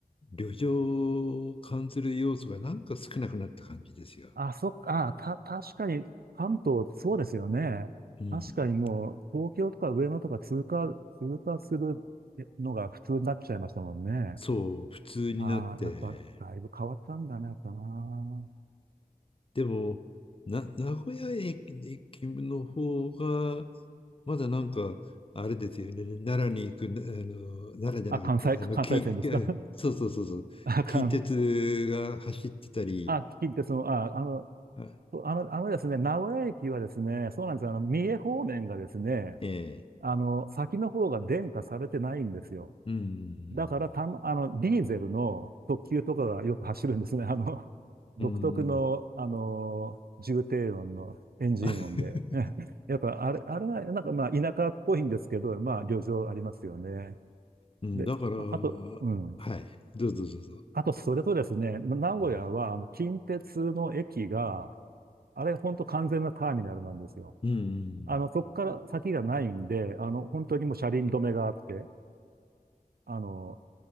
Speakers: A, on the left (about 35°); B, on the right (about 80°).
A: 旅情を感じる要素がなんか少なくなった感じですよ。
B: あ、そっか、あ、た、確かに、関東、そうですよね。
A: うん。
B: 確かにもう、東京とか上野とか通過、通過するのが普通になっちゃいましたもんね。
A: そう、普通になって。
B: ああ、やっぱ、だいぶ変わったんだね、やっぱな。
A: でも、な、名古屋駅の方が、まだなんか、あれですよね、奈良に行く、あの、奈良じゃなかった、
B: あ、関西、
A: あの、
B: 関西線ですか
A: 近、そうそうそうそう、
B: あかん。
A: 近鉄が走ってたり、
B: あ、聞いて、その、あ、あの、
A: あ
B: あの、あのですね、名古屋駅はですね、そうなんですよ。あの、三重方面がですね、
A: ええ、
B: あの、先の方が電化されてないんですよ。
A: うん。
B: だから、たま、あの、ディーゼルの特急とかがよく走るんですね。<laughs> あの、独特の、
A: うん。
B: あの、重低音のエンジン音で。
A: <laughs>
B: <laughs> やっぱ、あれ、あれが、なんかまあ、田舎っぽいんですけど、まあ、旅情ありますよね。
A: うん、
B: で、
A: だから、は
B: あ、あと、うん。
A: い、どうぞどうぞ。
B: あと、それとですね、名古屋は、
A: ええ
B: あの、近鉄の駅が、あれ、本当完全なターミナルなんですよ。
A: うん、うん。
B: あの、そこから先がないんで、あの、本当にもう車輪止めがあって、あの、